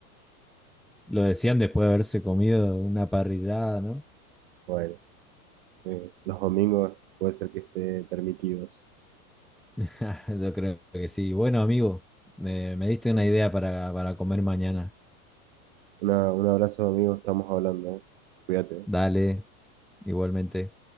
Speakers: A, in the centre; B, on the right.
A: Lo decían después de haberse comido una parrillada, ¿no?
B: bueno, eh, los domingos puede ser que esté permitidos.
A: <laughs> Yo creo que sí. Bueno, amigo, me, me diste una idea para, para comer mañana.
B: Una- un abrazo, amigo, estamos hablando. Cuídate.
A: Dale. Igualmente.